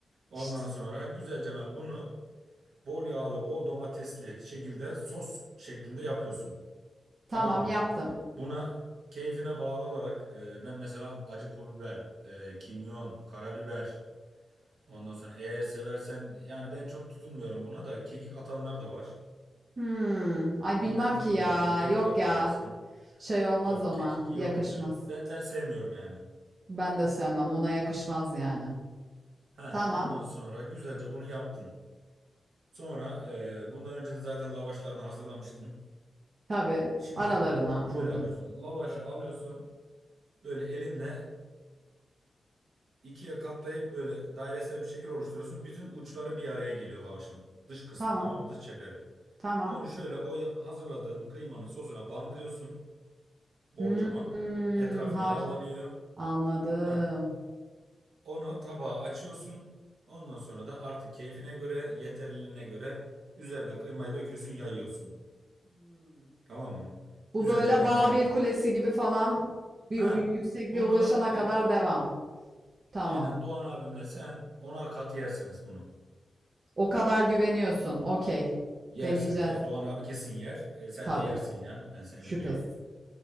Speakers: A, on the right; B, on the right.
A: Ondan
B: İşte.
A: sonra güzelce ben bunu bol yağlı, bol domatesli şekilde sos şeklinde yapıyorsun.
B: Tamam
A: Tamam mı?
B: yaptım.
A: Buna keyfine bağlı olarak e, ben mesela acı pul biber, e, kimyon, karabiber. Ondan sonra eğer seversen yani ben çok tutunmuyorum buna da kekik atanlar da var.
B: Hmm. Ay
A: Ama
B: bilmem
A: ben tutunmuyorum.
B: ki ya.
A: Hani kekik
B: Yok
A: de atabilirsin.
B: ya. Şey olmaz
A: Yok
B: ona.
A: kekik iyi
B: Yakışmaz.
A: olmuyor. Ben ben sevmiyorum yani.
B: Ben de sevmem. Ona yakışmaz yani.
A: Ha,
B: Tamam.
A: ondan sonra güzelce bunu yaptın. Sonra e, bundan önce de zaten lavaşlarını hazırlamıştın.
B: Tabii.
A: Şimdi
B: Aralarına
A: şöyle
B: vurdun.
A: yapıyorsun. Lavaşı alıyorsun. Böyle elinle e, ikiye katlayıp böyle dairesel bir şekil oluşturuyorsun. Bütün uçları bir araya geliyor lavaşın. Dış kısmı
B: Tamam.
A: tamam mı? Dış çeperi.
B: Tamam.
A: Onu şöyle o ya- hazırladığın kıymanın sosuna bandırıyorsun. Bolcaman.
B: Hmm,
A: Etrafı
B: har
A: yağlanıyor.
B: anladım.
A: Heh. Onu tabağa açıyorsun. Ondan sonra da artık keyfine göre, yeterliliğine göre üzerine kıymayı döküyorsun, yayıyorsun.
B: Hmm.
A: Tamam mı?
B: Bu
A: Güzelce
B: böyle
A: ben
B: Babil
A: yaydın.
B: Kulesi gibi falan bir
A: Ha,
B: u- yüksekliğe
A: bunu
B: ulaşana kadar devam. Tamam.
A: e, aynen Doğan abimle sen onar kat yersiniz bunu.
B: O kadar güveniyorsun. Okey.
A: Yersiniz
B: Deneyeceğiz.
A: ya. Doğan abi kesin yer. E, sen
B: Tabii.
A: de yersin ya. Ben seni
B: Şüphesiz.
A: biliyorum.